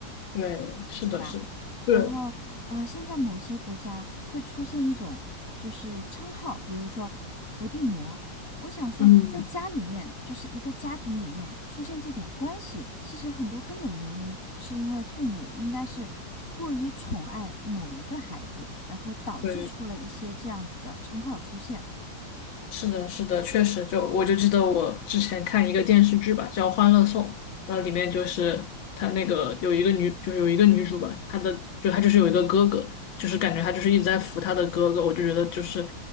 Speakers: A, on the left; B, on the left.
A: 对，是的，
B: 对吧？
A: 是的，
B: 然后呃，
A: 对，
B: 现在某些国家会出现一种就是称号，比如说伏地魔。我想说，
A: 嗯，
B: 在家里面，就是一个家庭里面出现这种关系，其实很多根本原因是因为父母应该是过于宠爱某一个孩子，然后导致出了一些这样子的称号出现。
A: 对。是的，是的，确实就，我就记得我之前看一个电视剧吧，叫《欢乐颂》，那里面就是她那个有一个女，就有一个女主吧，她的就她就是有一个哥哥，就是感觉她就是一直在扶她的哥哥，我就觉得就是